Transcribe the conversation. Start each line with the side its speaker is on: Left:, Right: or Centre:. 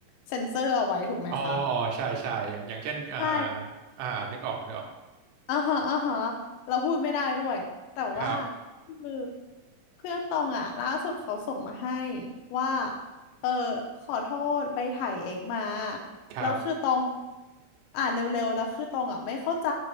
Left: เซ็นเซอร์เอาไว้ถูกไหมคะ
Right: อ๋ออ๋อใช่ใช่อย่างอย่างเช่นอ่า
Left: ใช่
Right: อ่านึกออกนึกออก
Left: อ่าฮะอ่าฮะเราพูดไม่ได้ด้วยแต่ว่า
Right: ครับ
Left: คือเพื่อนตองอ่ะล่าสุดเขาส่งมาให้ว่าเออขอโทษไปถ่ายเอกมา
Right: ครับ
Left: แล้วคือตองอ่านเร็วๆแล้วคือตองอ่ะไม่เข้าใจ